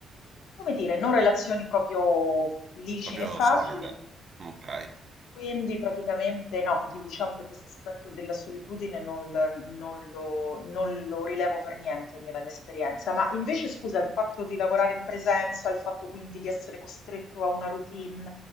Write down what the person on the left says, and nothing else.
come dire, non relazioni proprio licine
e facili.
Quindi praticamente no, diciamo che questo aspetto della solitudine non, l- non lo, non lo rilevo per niente nella mia esperienza, ma invece scusa, il fatto di lavorare in presenza, il fatto quindi di essere costretto a una routine